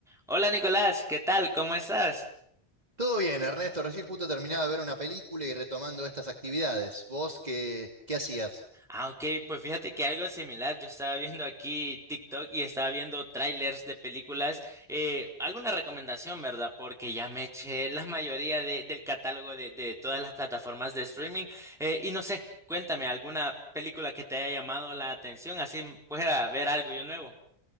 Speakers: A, in the centre; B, on the right (about 40°).
A: Hola Nicolás, ¿qué tal? ¿Cómo estás?
B: Todo bien, Ernesto. Recién justo terminado de ver una película y retomando estas actividades. ¿Vos qué, qué hacías?
A: Ah, ok, pues fíjate que algo similar, yo estaba viendo aquí TikTok y estaba viendo trailers de películas, eh, alguna recomendación, ¿verdad? Porque ya me eché la mayoría de- del catálogo de, de todas las plataformas de streaming eh, y no sé, cuéntame, ¿alguna película que te haya llamado la atención? Así pueda ver algo yo nuevo.